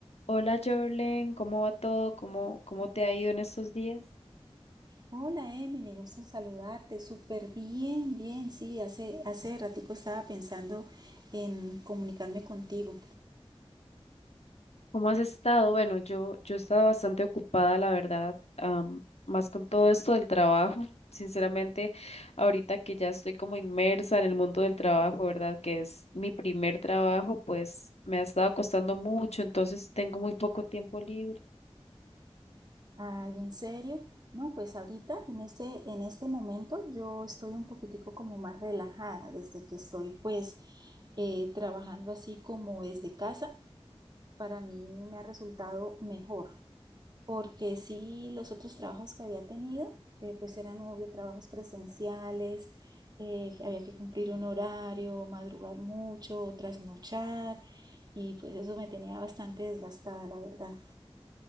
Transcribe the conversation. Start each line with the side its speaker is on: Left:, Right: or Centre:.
Left: Hola, Jorlen, ¿cómo va todo? ¿Cómo, cómo te ha ido en estos días?
Right: Hola Emily, gusto en saludarte. Súper bien, bien. Sí, hace, hace ratico estaba pensando en comunicarme contigo.
Left: ¿Cómo has estado? Bueno, yo, yo he estado bastante ocupada, la verdad, am, más con todo esto del trabajo. <laughs> Sinceramente, ahorita que ya estoy como inmersa en el mundo del trabajo, ¿verdad? Que es mi primer trabajo, pues me ha estado costando mucho, entonces tengo muy poco tiempo libre.
Right: Ay, ¿en serio? No, pues ahorita, en este, en este momento, yo estoy un poquitico como más relajada desde que estoy pues eh, trabajando así como desde casa. para mí me ha resultado mejor, porque sí los otros trabajos que había tenido, eh, pues eran obvio trabajos presenciales, eh, había que cumplir un horario, madrugar mucho, trasnochar, y pues eso me tenía bastante desgastada, la verdad.